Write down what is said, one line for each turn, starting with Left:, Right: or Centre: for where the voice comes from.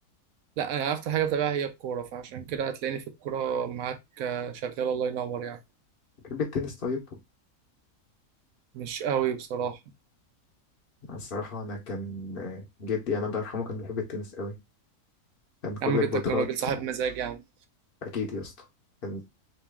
Right: لا انا اكتر حاجة بتابعها هي الكورة فعشان كده هتلاقيني في الكورة معاك آه، شغال الله ينور يعني
Left: تحب التنس طيب
Right: مش قوي بصراحة
Left: أنا الصراحة أنا كان جدي أنا الله يرحمه كان بيحب التنس قوي كان كل
Right: يا عم
Left: البطولات
Right: جدك كان راجل صاحب مزاج يا عم
Left: أكيد يا اسطى كان